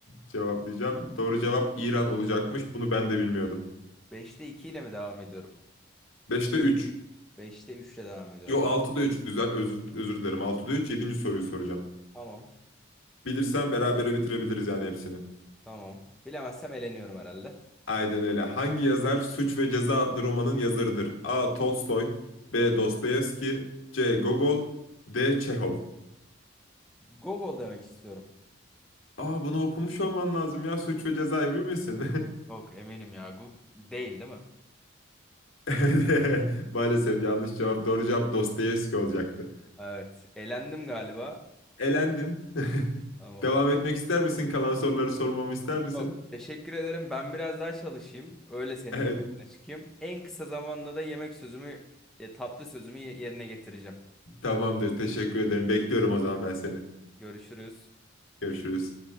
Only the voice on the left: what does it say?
cevaplayacağım. Doğru cevap İran olacakmış. Bunu ben de bilmiyordum.
Beşte 3.
Yo altıda
üç Düzel özür, özür dilerim. Altıda 3. Yedinci soruyu soracağım.
Bilirsen berabere bitirebiliriz yani hepsini.
Aynen öyle. Hangi yazar Suç ve Ceza adlı romanın yazarıdır? A. Tolstoy B. Dostoyevski C. Gogol D. Çehov
Aa bunu okumuş olman lazım ya. Suç ve Ceza emin misin?
<laughs> <laughs> Maalesef yanlış cevap. Doğru cevap Dostoyevski olacaktı.
Elendin. <laughs>
Devam etmek ister misin? Kalan soruları sormamı ister misin?
Evet,
tamamdır. Teşekkür ederim. Bekliyorum o zaman ben seni.
Görüşürüz.